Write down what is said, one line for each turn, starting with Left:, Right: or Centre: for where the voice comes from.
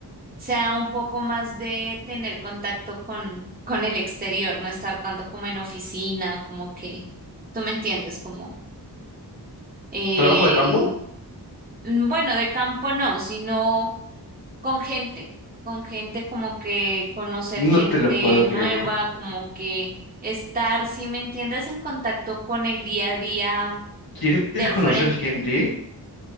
Right: sea un poco más de tener contacto con, con el exterior, no estar tanto como en oficina, como que, tú me entiendes, como, eh,
Left: ¿Trabajo de campo?
Right: mm, bueno, de campo no, sino con gente, con gente como que conocer
Left: No
Right: gente
Left: te lo puedo
Right: nueva,
Left: creer.
Right: como que estar, si me entiendes, en contacto con el día a día
Left: ¿Quieres
Right: de frente
Left: conocer gente?